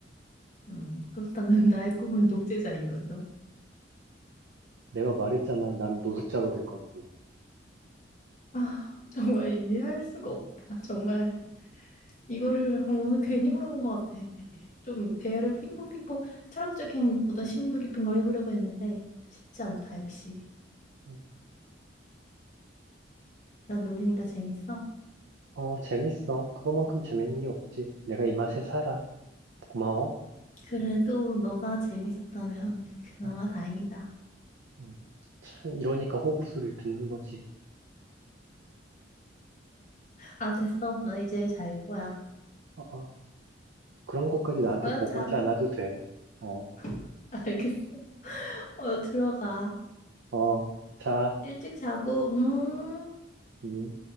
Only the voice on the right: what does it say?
내가 말했잖아, 난 노숙자가 될 거라고.
음.
어, 재밌어. 그거만큼 재밌는 게 없지. 내가 이 맛에 살아. 고마워.
어,
음. 참, 이러니까 호구수를 듣는 거지.
어, 어. 그런 것까지 나한테
보고하지
않아도 돼. 어,
어, 자,
음.